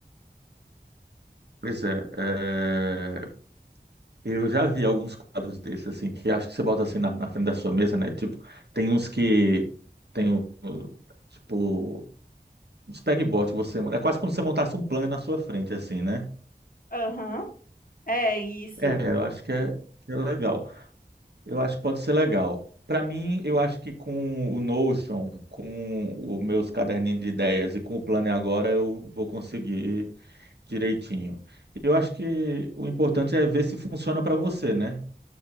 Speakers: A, on the right; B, on the left.
A: Pois é, é, eu já vi alguns quadros desses, assim, que acho que você bota assim na, na frente da sua mesa, né? Tipo, tem uns que tem, o- o- tipo, uns pegboard que você... É quase como se você montasse um planner na sua frente, assim, né?
B: Aham. É isso.
A: É, eu acho que é, que é legal. Eu acho que pode ser legal. Para mim, eu acho que com o Notion, com os meus caderninhos de ideias e com o plano e agora, eu vou conseguir direitinho. Eu acho que o importante é ver se funciona para você, né?